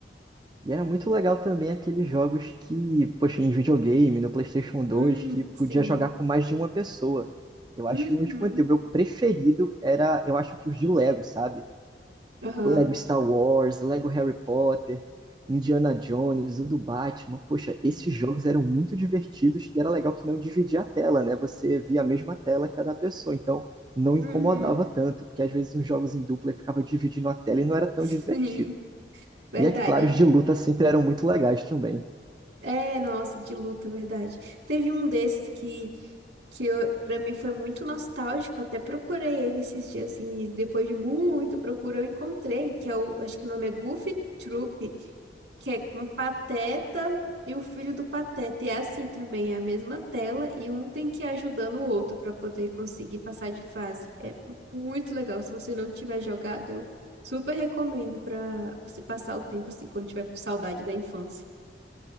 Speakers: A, on the right; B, on the right.
A: E era muito legal também aqueles jogos que, poxa, em videogame, no PlayStation 2,
B: Hum,
A: que podia
B: sim.
A: jogar com mais de uma pessoa. Eu
B: Uhum.
A: acho que o último o meu preferido era, eu acho que os de Lego, sabe?
B: Aham.
A: Lego Star Wars, Lego Harry Potter, Indiana Jones, o do Batman. Poxa, esses jogos eram muito divertidos e era legal que não dividia a tela, né? Você via a mesma tela que a da pessoa, então não incomodava
B: Uhum.
A: tanto, porque às vezes uns jogos em dupla ficava dividindo a tela e não era tão
B: <laughs> Sim,
A: divertido.
B: verdade.
A: E é claro, os de luta sempre eram muito legais também.
B: É, nossa, de luta, verdade. Teve um desses que que eu, pra mim foi muito nostálgico. Até procurei ele esses dias e depois de muita procura eu encontrei, que é o, acho que o nome é Goofy Troop, que é com Pateta e o filho do Pateta. E é assim também, é a mesma tela e um tem que ir ajudando o outro pra poder conseguir passar de fase. É muito legal. Se você não tiver jogado, eu super recomendo pra você passar o tempo assim quando tiver com saudade da infância.